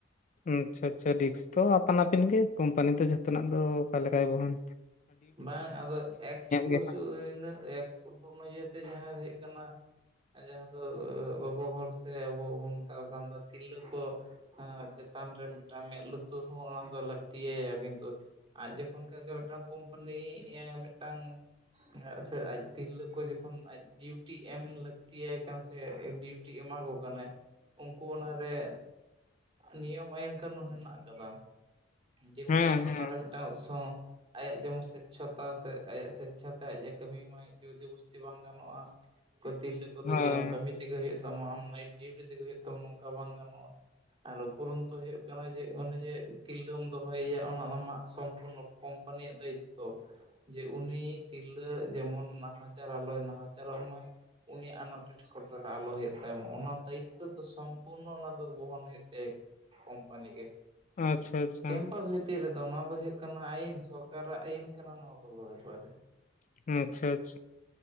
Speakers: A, on the left; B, on the right.
A: ᱟᱪᱪᱷᱟ ᱟᱪᱪᱷᱟ ᱨᱤᱠᱥ ᱛᱚ ᱟᱯᱟᱱ ᱟᱹᱯᱤᱱ ᱜᱮ ᱠᱳᱢᱯᱟᱱᱤ ᱫᱚ ᱡᱷᱚᱛᱚ ᱱᱟᱜ ᱫᱚ ᱚᱠᱟ ᱞᱮᱠᱟᱭ ᱵᱚᱦᱚᱱᱼᱼ
B: ᱵᱟᱝ ᱟᱫᱚ <unintelligible>
A: ᱜᱮ
B: <unintelligible> ᱤᱭᱟᱹᱛᱮ ᱡᱟᱦᱟᱸ ᱦᱩᱭᱩᱜ ᱠᱟᱱᱟᱼᱼ ᱡᱟᱦᱟᱸ ᱫᱚ ᱜᱚᱜᱚ ᱦᱚᱲ ᱥᱮ ᱟᱵᱚ ᱵᱚᱱ ᱢᱮᱛᱟ ᱠᱚ ᱠᱟᱱ ᱫᱚ ᱛᱤᱨᱞᱟᱹ ᱠᱚᱼᱼ ᱦᱚᱸ ᱪᱮᱛᱟᱱ ᱨᱮ ᱢᱤᱫᱴᱟᱝ ᱢᱮᱫ ᱞᱩᱛᱩᱨ ᱦᱚᱸ ᱚᱱᱟ ᱫᱚ ᱞᱟᱹᱠᱛᱤ ᱟᱭᱟ ᱠᱤᱱᱛᱩ ᱟᱡ ᱡᱚᱠᱷᱚᱱ ᱠᱷᱚᱡ ᱜᱮᱼᱼ ᱡᱤᱫᱴᱟᱝ ᱠᱳᱢᱯᱟᱱᱤ <unintelligible> ᱢᱤᱫ ᱴᱟᱝ ᱥᱮ ᱟᱡ ᱛᱤᱨᱞᱟᱹ ᱠᱚ ᱡᱚᱠᱷᱚᱱ ᱟᱡ <unintelligible> <unintelligible> ᱮᱢ ᱞᱟᱹᱠᱛᱤ ᱟᱭ ᱠᱟᱱᱟ ᱥᱮ ᱰᱤᱭᱩᱴᱤ ᱮᱢᱟ ᱠᱚ ᱠᱟᱱᱟᱭ ᱩᱱᱠᱩ ᱚᱱᱟᱨᱮ ᱱᱤᱭᱚᱢ ᱟᱭᱤᱱ ᱠᱟᱹᱱᱩᱱ ᱦᱮᱱᱟᱜ ᱠᱟᱫᱟ ᱡᱮ
A: ᱦᱟᱸᱜ
B: ᱩᱱᱤ
A: ᱦᱮᱸ ᱦᱮᱸ
B: ᱚᱱᱟᱨᱮ ᱢᱤᱫ ᱴᱟᱝ ᱥᱚᱝ ᱟᱭᱟᱜ ᱡᱮᱢᱚᱱ ᱥᱮᱪᱷᱚᱛᱟ ᱥᱮ ᱟᱭᱟᱜ ᱥᱮᱪᱪᱷᱟᱛᱮ ᱟᱡ ᱮ ᱠᱟᱹᱢᱤ ᱢᱟᱭ ᱡᱳᱨ ᱡᱵᱚᱥᱛᱤ ᱵᱟᱝ ᱜᱟᱱᱚᱜᱼᱟ <unintelligible> ᱛᱮᱠᱚᱫᱚ
A: ᱦᱳᱭ
B: ᱡᱮ ᱟᱢ ᱠᱟᱹᱢᱤ ᱛᱮᱜᱮ ᱦᱩᱭᱩᱜ ᱛᱟᱢᱟ ᱟᱢ ᱱᱟᱭᱤᱴ ᱰᱤᱩᱴᱤ ᱛᱮᱜᱮ ᱦᱩᱭᱩᱜ ᱛᱟᱢᱟ ᱱᱚᱝᱠᱟ ᱵᱟᱝ ᱜᱟᱱᱚᱜᱼᱟ ᱟᱨ ᱩᱯᱩᱨᱚᱱ ᱛᱚ ᱦᱩᱭᱩᱜ ᱠᱟᱱᱟ ᱡᱮ ᱚᱱᱮ ᱡᱮ ᱛᱤᱨᱞᱟᱹᱢ ᱫᱚᱦᱚᱭ ᱭᱟ ᱚᱱᱟ ᱟᱢᱟᱜ ᱥᱚᱢᱯᱩᱨᱱᱚ ᱠᱚᱢ ᱠᱚᱢᱯᱟᱱᱤ ᱭᱟᱜ ᱫᱟᱭᱤᱛᱛᱚ ᱡᱮ ᱩᱱᱤ ᱛᱤᱨᱞᱟᱹ ᱡᱮᱢᱚᱱ ᱱᱟᱦᱟᱪᱟᱨ ᱟᱞᱚᱭ ᱱᱟᱦᱟᱪᱟ ᱨᱚᱜ ᱢᱟ ᱩᱱᱤ ᱟᱱᱟᱴ <unintelligible> <unintelligible> ᱟᱞᱚ ᱦᱩᱭᱩᱜ ᱛᱟᱭ ᱚᱱᱟ ᱫᱟᱭᱤᱛᱛᱚ ᱫᱚ ᱥᱚᱢᱯᱩᱨᱱᱚ ᱚᱱᱟ ᱫᱚ ᱵᱚᱦᱚᱱ ᱦᱩᱭᱩᱜ ᱛᱟᱭᱟ ᱠᱚᱢᱯᱟᱱᱤ ᱜᱮ
A: ᱟᱪᱪᱷᱟ ᱟᱪᱪᱷᱟ
B: ᱠᱮᱢᱯᱟᱥ ᱵᱷᱤᱛᱤᱨ ᱨᱮᱫᱚ ᱚᱱᱟ ᱫᱚ ᱦᱩᱭᱩᱜ ᱠᱟᱱᱟ ᱟᱭᱤᱱ ᱥᱚᱨᱠᱟᱨ ᱟᱜ ᱟᱭᱤᱱ ᱠᱟᱱᱟ ᱱᱚᱣᱟ ᱠᱚᱫᱚ ᱮᱠᱵᱟᱨᱮ
A: <unintelligible>